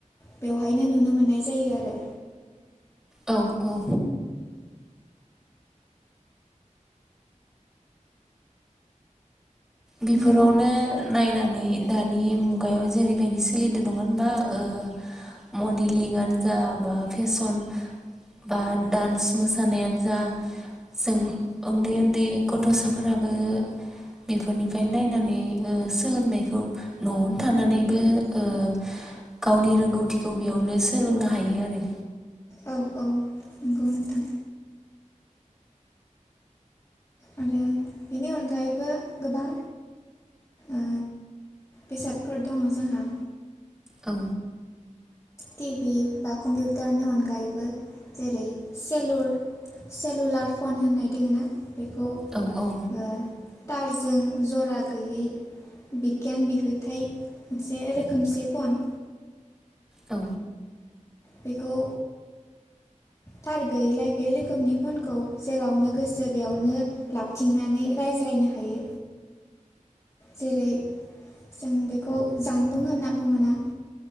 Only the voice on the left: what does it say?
बेवहायनो नुनो मोननाय जायो आरो।
उम
औ औ नंगौ नोंथां आरो बेनि अनगायैबो गोबां ओ बेसादफोर दंङ जोंहा
टिभि बा कम्पिउटारनि अनगायैबो जेरै सेलुल सेलुलार फन होननाय दोंङो ना बेखौ
ओ थारजों जरा गैयै बिगियान बिहोथाय मोनसे रोखोमसे फन
बेखौ थार गैयैलाय बे रोखोमनि फनखौ जेरावनो गोसो बेयावनो लाबथिंनानै रायज्लायनो हायो। जेरै जों बेखौ जानबुं होनना बुंङोना।